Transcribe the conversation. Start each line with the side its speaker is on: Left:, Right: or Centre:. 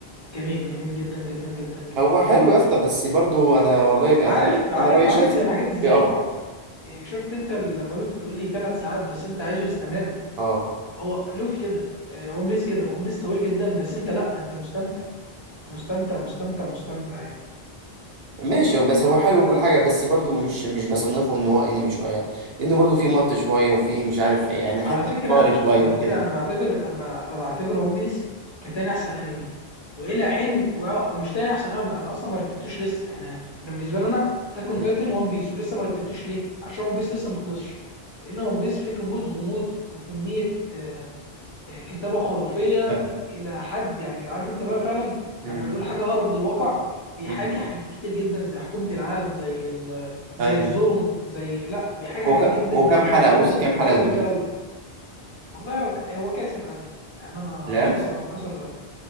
Left: جميل جميل جدا جدا جدا جدا
Right: هو
Left: جدا
Right: حلو يا
Left: يعني
Right: اسطى بس برضو انا والله ب... انا
Left: عارف عارف
Right: انا رايي
Left: عامل
Right: شخص
Left: زي الحاجات ازاي
Right: بيأفور
Left: إيه، شفت انت لما كنت بتقول لي ثلاث ساعات بس انت عايزه يستمر
Right: اه
Left: هو لوفي كده ون بيس كده ون بيس طويل جدا بس انت لا انت مستمتع انت مستمتع مستمتع مستمتع يعني
Right: ماشي بس هو حلو وكل حاجه بس برضو مش مش بصنفه ان هو انمي شويه لانه برضو في مط شويه وفي مش عارف ايه يعني حته
Left: على فكرة
Right: اطفالي شويه
Left: على
Right: وكده
Left: فكرة أنا بعتبر أنا بع- أنا بعتبر ون بيس كتاني أحسن أنمي وإلى حين وأ- مش تاني أحسن أنمي أنا أصلا ما رتبتوش لسه أنا أنا بالنسبة لي أنا تاكون
Right: مم.
Left: تايتن ون بيس ولسه ما رتبتوش ليه؟ عشان ون بيس لسه ما خلصش لأن ون بيس فيه كمية غموض وكمية آه، آه، كتابة خرافية
Right: طب
Left: إلى حد يعني عارف أنت بقى فعلا
Right: مم.
Left: لما نقول حاجة أقرب للواقع بيحاكي
Right: مم.
Left: حاجات كتير جدا زي حكومة العالم زي ال... زي
Right: ايوه
Left: الظلم زي لا بيحاكي حاجات
Right: هو ك...
Left: جدا
Right: هو
Left: جدا
Right: كام حلقه
Left: جدا
Right: وصل كام
Left: بطريقة
Right: حلقه دلوقتي؟
Left: جميلة قوي والله هو هو كاسر الألف يعني أنا
Right: ال1000
Left: كسر كسر الألف